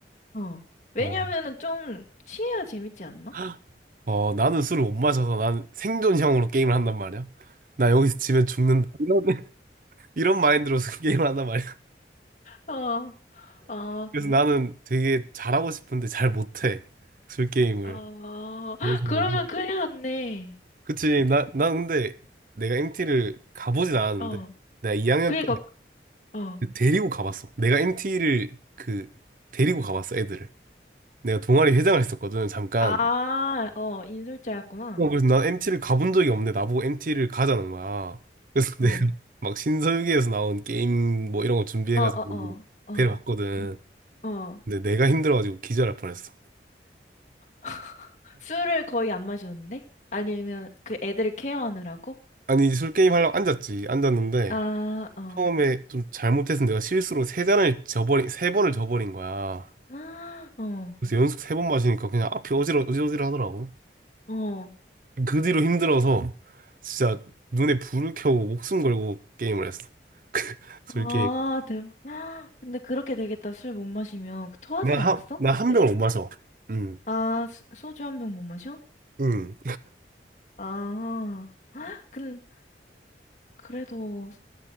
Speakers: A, on the left; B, on the right.
A: 어. 왜냐면은
B: 어,
A: 좀 취해야 재밌지 않나?
B: <gasps> 어, 나는 술을 못 마셔서 난 생존형으로 게임을 한단 말이야. 나 여기서 지면 죽는다. 이런, <laughs> 이런 마인드로 술 <laughs> 게임을 한단 말이야.
A: 어, 아
B: 그래서
A: 그래?
B: 나는 되게 잘하고 싶은데 잘 못해. 술 게임을.
A: 어, <gasps>
B: 그래서
A: 그러면
B: 뭐.
A: 큰일 났네.
B: 그치. 나, 난 근데 내가 MT를 가보진 않았는데,
A: 어,
B: 내가 2학년
A: 그러니까,
B: 때
A: 어.
B: 그 데리고 가봤어. 내가 MT를 그, 데리고 가봤어, 애들을. 내가 동아리 회장을 했었거든, 잠깐.
A: 아, 어, 인솔자였구나.
B: 어, 그래서 난 MT를 가본 적이 없는데, 나보고 MT를 가자는 거야. 그래서 <laughs> 내가
A: 어,
B: 막 신서유기에서 나온 게임 뭐 이런 거 준비해가지고
A: 어, 어, 어,
B: 데려갔거든.
A: 어, 어. 어.
B: 근데 내가 힘들어가지고 기절할 뻔했어.
A: <laughs> 술을 거의 안 마셨는데? 아니면 그 애들을 케어하느라고?
B: 아니, 술 게임 하려고 앉았지. 앉았는데,
A: 아, 어.
B: 처음에 좀 잘못해서 내가 실수로 세 잔을 저버린, 세 번을 저버린 거야.
A: <gasps> 아, 어,
B: 그래서 연속 세 번 마시니까 그냥 앞이 어지러 어지러지러 하더라고.
A: 어.
B: 그 뒤로 힘들어서 진짜 눈에 불을 켜고 목숨 걸고 게임을 했어. 술
A: 아,
B: 게임.
A: 대박. <gasps> 근데 그렇게 되겠다. 술 못 마시면. 그 토하진
B: 나한나한
A: 않았어? 그때?
B: 병을 못 마셔. 응
A: 아, 수- 소주 한 병 못 마셔?
B: 응
A: 아, <gasps> 근 그래도